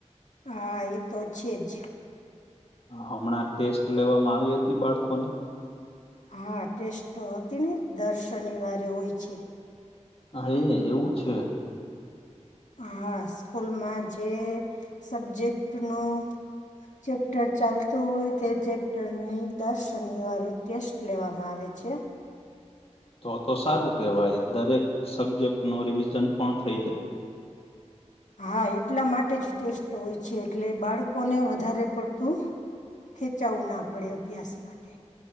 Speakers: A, on the left; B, on the left.
A: હા એ તો છે જ.
B: હમણાં ટેસ્ટ લેવામાં આવી હતી બાળકો ની.
A: હા ટેસ્ટ તો હતી ને દર શનિવારે હોય છે.
B: હે એવું છે.
A: હા સ્કૂલમાં જે સબ્જેક્ટનું ચેપ્ટર ચાલતું હોય તે ચેપ્ટરની દર શનિવારે ટેસ્ટ લેવામાં આવે છે.
B: તો તો સારું કેવાય દરેક સબ્જેક્ટ નો રિવિઝન પણ થઇ જાય.
A: હા એટલા માટે જ ટેસ્ટ હોય છે એટલે બાળકોને વધારે પડતું. ખેંચાવવું ના પડે અભ્યાસ માટે.